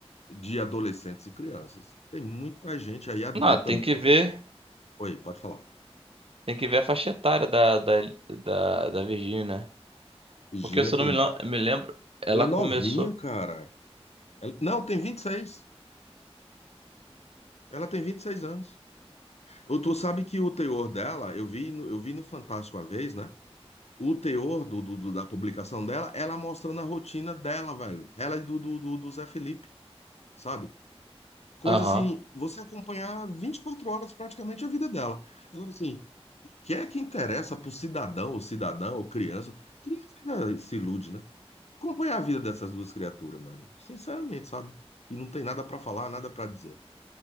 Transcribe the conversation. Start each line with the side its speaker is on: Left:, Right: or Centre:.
Left: de adolescentes e crianças. Tem muita gente aí adulta
Right: Não, tem
Left: mesmo.
Right: que ver.
Left: Oi, pode falar.
Right: Tem que ver a faixa etária da, da, da, da Virgínia.
Left: Virginia
Right: Porque se
Left: tem.
Right: eu não me lem- me lembro, ela
Left: Ela é novinha,
Right: começou
Left: cara. Ela... Não, tem 26. Ela tem 26 anos. Ou tu sabe que o teor dela, eu vi no, eu vi no Fantástico uma vez, né? O teor do, do- do- da publicação dela, ela mostrando a rotina dela, velho. Ela e do, do, do do Zé Felipe, sabe? coisa
Right: Aham.
Left: assim, você acompanhar 24 horas praticamente a vida dela. Agora, assim, o que é que interessa pro cidadão, ou cidadã, ou criança? Criança ainda se ilude, né? Acompanhar a vida dessas duas criaturas, mano. Sinceramente, sabe? E não tem nada pra falar, nada pra dizer.